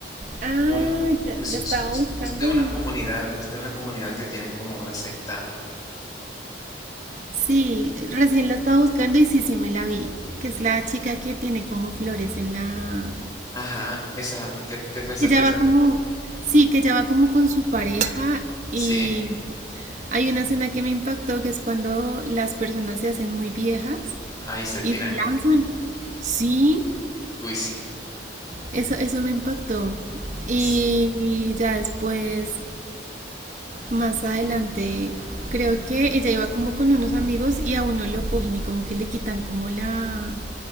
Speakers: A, on the right (about 40°); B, on the left (about 20°).
A: Ah,
B: un,
A: ya,
B: es,
A: la estaba
B: es-
A: buscando
B: es de una
A: y...
B: comunidad, es de una comunidad que tienen como una secta.
A: Sí, eh, recién la estaba buscando y sí, sí me la vi. Que es la chica que tiene como flores en la...
B: Ajá, esa, ¿qué, qué pensaste
A: Que ya
B: de esa?
A: va como... Sí, que ya va como con su pareja y
B: Sí,
A: hay una escena que me impactó que es cuando las personas se hacen muy viejas
B: ahí se tiran.
A: y se lanzan. Sí,
B: Uy, sí,
A: eso, eso me impactó. Y
B: sí,
A: ya después Más adelante, creo que ella iba como con unos amigos y a uno lo cogen y como que le quitan como la,